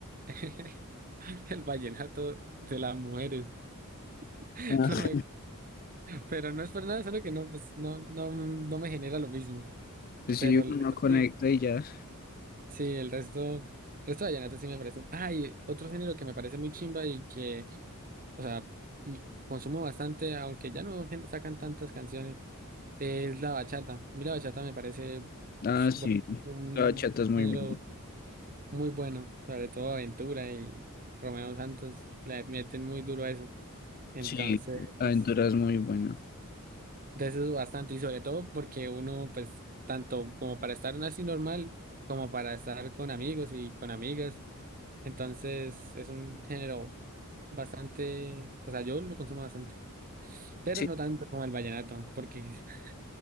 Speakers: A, on the right (about 40°); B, on the left (about 40°).
A: <laughs> el vallenato de las mujeres. <laughs>
B: Ah.
A: No me- pero no es por nada, solo que no, pues, no, no, no me genera lo mismo.
B: Pues
A: Pero
B: sí, uno
A: el resto
B: no conecta
A: sí.
B: y ya.
A: Sí, el resto, el resto de vallenatos sí me parecen. Ah, y otro género que me parece muy chimba y que, o sea, y consumo bastante, aunque ya no gen- sacan tantas canciones, es la bachata. A mí la bachata me parece,
B: Ah,
A: uf,
B: sí.
A: bueno, un
B: La bachata es muy
A: género
B: buena.
A: muy bueno, sobre todo Aventura y Romeo Santos le meten muy duro a eso. Entonces,
B: Sí, Aventura es muy buena.
A: de eso es bastante y sobre todo porque uno, pues, tanto como para estar así normal, como para estar con amigos y con amigas. Entonces es un género bastante, o sea, yo lo consumo bastante, pero
B: Sí,
A: no tanto como el vallenato, porque <laughs>